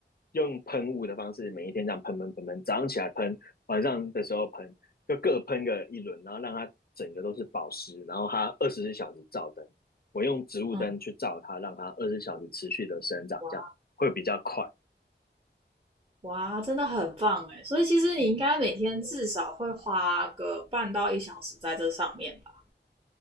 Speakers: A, on the left (about 55°); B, on the right (about 30°).
A: 用喷雾的方式，每一天这样喷喷喷喷，早上起来喷，晚上的时候喷，就各喷个一轮，然后让它整个都是保湿，然后它二十四小时照灯，我用植物灯去照它，
B: 嗯，
A: 让它二十四小时持续的生长，
B: 哇
A: 这样会比较快。
B: 哇，真的很棒哎！所以其实你应该每天至少会花个半到一小时在这上面吧？
A: 嗯